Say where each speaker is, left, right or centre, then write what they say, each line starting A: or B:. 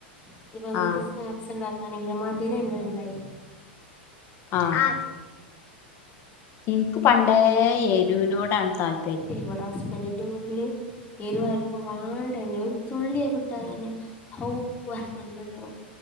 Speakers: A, on the left; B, on the left.
A: ഇനിപ്പോ എന്ത്
B: ആ
A: സാന നാക്സ് ഉണ്ടാക്കാണെങ്കിൽ മദിരണ്ടായി
B: ആഹ് എനിക്ക് പണ്ടേ ഏരുവിനോടാണ് താല്
A: ഇവട ഹസ്ബൻഡിന്റെ വീട്ടില് എരുവാർക്കും വേണ്ടന്നെ ഒരു തുള്ളിയെരു ട്ടാലന്നെ ഹൗ വർണ്ടതോ